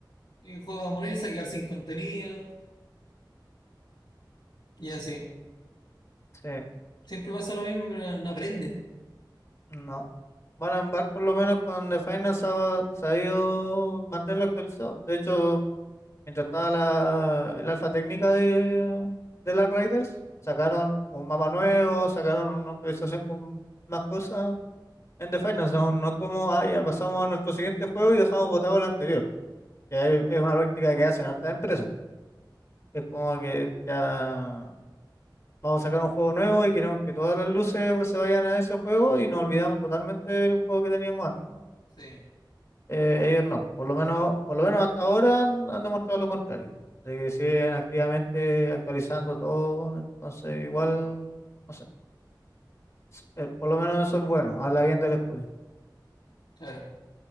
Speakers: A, on the left; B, on the left.
A: Y el juego va a morir, se va a quedar sin contenido y así.
B: Sí,
A: Siempre pasa lo mismo, pero no aprenden.
B: no. Van a embarcar por lo menos con The Final se ha sabido mantenerlo actualizado. De hecho, mientras estaba la, el alfa técnica de, de las Raiders, sacaron un mapa nuevo, sacaron una actualización con más cosas en The Final. No,
A: Ujú.
B: no es como, ah, ya pasamos a nuestro siguiente juego y dejamos botado el anterior. Ya es es una práctica que hacen hartas empresas. Es como que ya vamos a sacar un juego nuevo y queremos que todas las luces pues, se vayan a ese juego y nos olvidamos totalmente del juego que teníamos antes.
A: Sí,
B: Eh, ellos no, por lo menos, por lo menos hasta ahora han, han demostrado lo contrario, de que siguen activamente actualizando todo, entonces igual, no sé, s- eh, por lo menos eso es bueno, habla bien del estudio.
A: claro.